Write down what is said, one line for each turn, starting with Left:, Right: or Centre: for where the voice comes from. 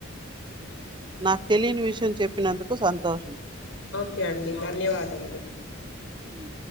Right: నాకు తెలియని విషయం చెప్పినందుకు సంతోషం
Left: ఓకే అండి ధన్యవాదములు
Right: ఉమ్